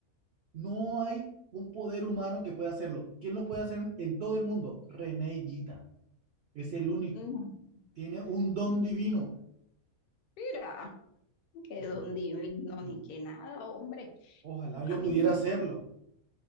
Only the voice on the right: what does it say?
No hay un poder humano que pueda hacerlo. ¿Quién lo puede hacer en todo el mundo? René Higuita. Es el único.
Tiene un don
divino.
Sí,
no.
Ojalá yo
pudiera
hacerlo.